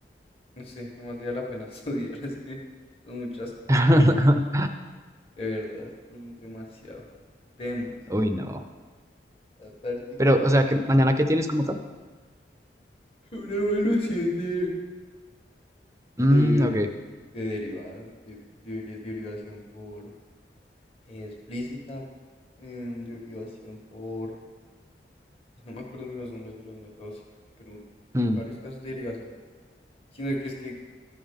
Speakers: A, on the left (about 35°); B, on the right (about 15°).
A: no sé, no valdría la pena <laughs> estudiar. Es que son muchas cosas,
B: <laughs>
A: man. De verdad, son demasiado. Demasiado.
B: Uy, no.
A: Aparte
B: Pero,
A: que
B: o sea, que mañana qué tienes como tal?
A: Una evaluación de,
B: Mm,
A: de,
B: ok.
A: de derivadas, de, de- de derivación por eh, explícita, em, derivación por... No me acuerdo ni los nombres de los métodos, pero
B: Mm,
A: varios casos de derivación. Sino que es que